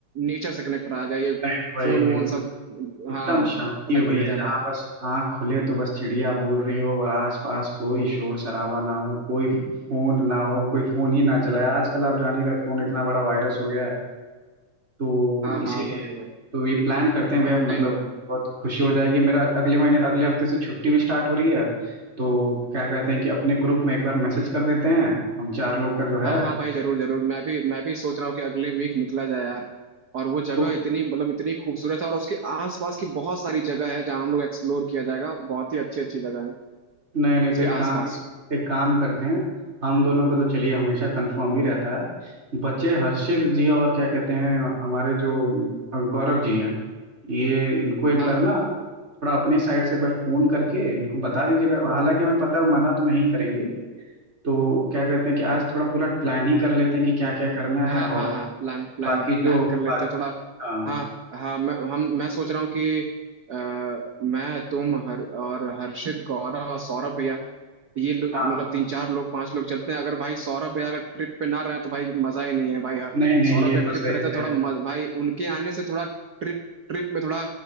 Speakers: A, on the right (about 50°); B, on the right (about 20°).
A: नेचर से कनेक्ट रहा जाए ये
B: नहीं नहीं वही
A: फोन
B: वही
A: वोन सब
B: एकदम
A: हाँ
B: शांति हो
A: रख
B: भैया
A: दिया जाए
B: जहाँ
A: बाहर
B: बस आँख खुले तो बस चिड़िया बोल रही हो और आसपास कोई शोर शराबा ना हो कोई फोन ना हो कोई फोन ही ना चलाए आजकल आप जान ही रहे फोन इतना बड़ा वायरस हो गया है तो
A: हाँ
B: इसीलिए
A: हाँ भाई भाई
B: तो ये प्लान करते हैं भैया मतलब
A: नहीं नहीं
B: बहुत खुशी हो जाएगी मेरा अगले महीने अगले हफ्ते से छुट्टी भी स्टार्ट हो रही है तो क्या कहते हैं कि अपने ग्रुप में एक बार मैसेज कर देते हैं हम चार लोग का जो है
A: हाँ हाँ भाई जरूर जरूर मैं भी मैं भी सोच रहा हूँ कि अगले वीक निकला जाए यार और वो जगह
B: तो
A: इतनी मतलब इतनी खूबसूरत है और उसके आसपास की बहुत सारी जगह है जहाँ हम लोग एक्सप्लोर किया जाएगा बहुत ही अच्छी अच्छी जगह है
B: नहीं नहीं तो
A: उसके
B: एक
A: आसपास
B: काम एक, एक काम करते हैं हम दोनों को तो चलिए हमेशा कंफर्म ही रहता है बच्चे हर्षित जी और क्या कहते हैं हमारे जो गौरव जी हैं ये इनको एक
A: हाँ
B: बार ना थोड़ा अपने साइड से एक बार फोन करके इनको बता दीजिएगा हालांकि हमें पता है वो मना तो नहीं करेंगे तो क्या कहते हैं कि आज थोड़ा पूरा प्लान ही कर लेते हैं कि क्या क्या करना
A: हाँ
B: है और
A: हाँ हाँ प्लान प्लान
B: बाकी
A: प्लान
B: जो
A: कर लेते
B: बाकी
A: हैं थोड़ा
B: हाँ
A: हाँ हाँ मैं हम मैं सोच रहा हूँ कि अ, मैं तुम हर और हर्षित गौरव और सौरभ भैया ये लोग
B: हाँ हाँ
A: मतलब तीन
B: हाँ।
A: चार लोग पांच लोग चलते हैं अगर भाई सौरभ भैया अगर ट्रिप पे ना रहे तो भाई मजा ही नहीं है भाई हाँ,
B: नहीं नहीं
A: सौरभ
B: ये
A: भैया
B: तो
A: ट्रिप
B: सही
A: पे रहते हैं,
B: है
A: थोड़ा मज, भाई उनके आने से थोड़ा ट्रिप ट्रिप में थोड़ा